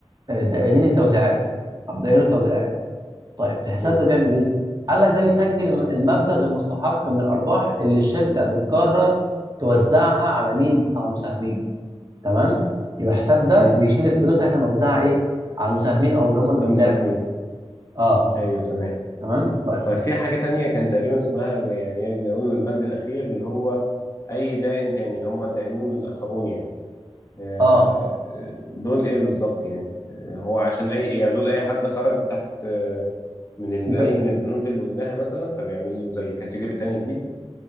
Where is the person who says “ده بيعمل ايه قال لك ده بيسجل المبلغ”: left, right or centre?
Right